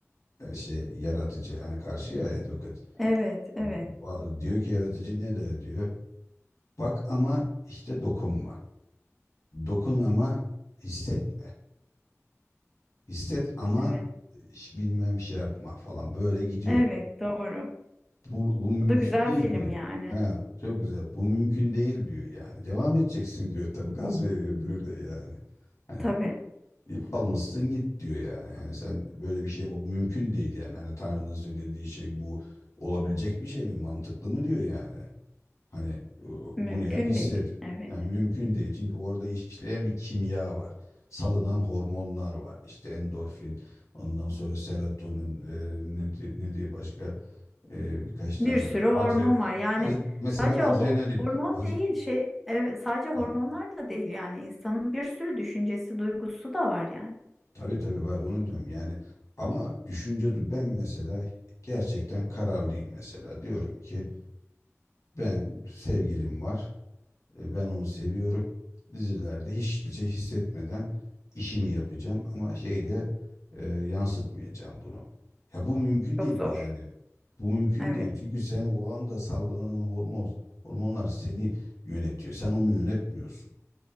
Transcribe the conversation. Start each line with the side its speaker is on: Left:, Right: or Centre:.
Left: e, şey yaratıcı yani karşı ya advocate.
Centre: evet,
Left: E,
Centre: evet,
Left: va- Diyor ki yaratıcı ne der diyor. Bak ama işte dokunma. Dokun ama hissetme. Hisset ama
Centre: evet,
Left: hiç bilmem şey yapma falan böyle gidiyor.
Centre: evet, doğru.
Left: Bu, bu mümkün
Centre: Bu da güzel
Left: değil
Centre: film
Left: ki.
Centre: yani.
Left: Ha, çok güzel. Bu mümkün değil diyor yani. Devam edeceksin diyor. Tabii gaz veriyor öbürü de yani. Hani
Centre: Tabii,
Left: almışsın git diyor yani. Hani sen böyle bir şey o mümkün değil yani. Hani Tanrı'nın söylediği şey bu olabilecek bir şey mi? Mantıklı mı diyor yani. Hani e, bunu
Centre: mümkün
Left: yap hisset.
Centre: değil. Evet.
Left: Yani mümkün değil. Çünkü orada iş- işleyen bir kimya var. Salınan hormonlar var. İşte endorfin, ondan sonra serotonin, e, ne, di- ne diye başka e, birkaç
Centre: Bir
Left: tane
Centre: sürü
Left: de
Centre: hormon
Left: adre,
Centre: var. Yani
Left: ad- mesela
Centre: sadece
Left: adrenalin.
Centre: o hor- hormon
Left: Ad,
Centre: değil, şey, evet, sadece hormonlar
Left: a-
Centre: da değil yani. insanın bir sürü düşüncesi, duygusu da var yani.
Left: tabii tabii var onu diyorum yani. Ama düşünce du ben mesela gerçekten kararlıyım mesela. Diyorum ki ben sevgilim var. E, Ben onu seviyorum. Dizilerde hiçbir şey hissetmeden işimi yapacağım ama şeyde e, yansıtmayacağım bunu. Ya bu mümkün
Centre: Çok
Left: değil
Centre: zor.
Left: yani. Bu mümkün
Centre: Evet,
Left: değil. Çünkü sen o anda salgılanan hormon, hormonlar seni yönetiyor. Sen onu yönetmiyorsun.